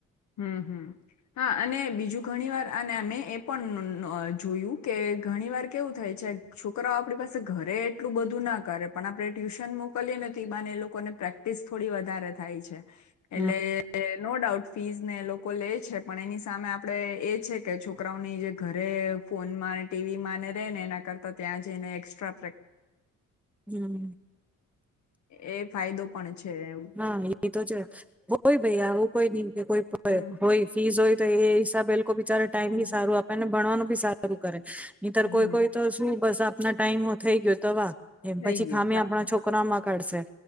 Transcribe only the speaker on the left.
હમ હમ હા અને બીજું ઘણી વાર અને મેં એ પણ જોયું કે ઘણી વાર કેવું થાય છે છોકરાઓ આપણી પાસે ઘરે એટલું બધું ના કરે પણ આપણે ટ્યુશન મોકલીએ તો બાને એ લોકોને પ્રેક્ટિસ થોડી વધારે થાય છે. એટલે
નો ડઉટ ફીઝ ને લોકો લે છે પણ એની સામે આપણે એ છે કે છોકરાઓની જે ઘરે ફોનમાં ટીવીમાં ને ર રહે ને એના કરતાં ત્યાં જઈને એક્સ્ટ્રા પ્રેક.
એ ફાયદો પણ છે. એવું
હમ
હમ
હમ.
થઈ
ગયું
ચાલો